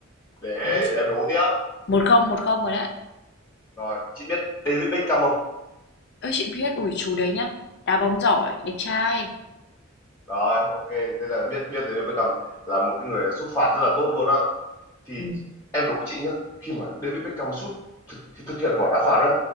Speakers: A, on the left (about 15°); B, on the left (about 55°).
A: để
B: Thế là chị
A: em đố tiếp
B: một không một không rồi đấy.
A: rồi chị biết David Beckham không
B: Ơi chị biết ủi chú đấy nhá. Đá bóng giỏi, đẹp trai.
A: rồi ok thế là biết biết David Beckham là một cái người sút phạt rất là tốt luôn á thì
B: Ừ.
A: em đố chị nhá khi mà David Beckham sút thực, thực hiện quả đá phạt á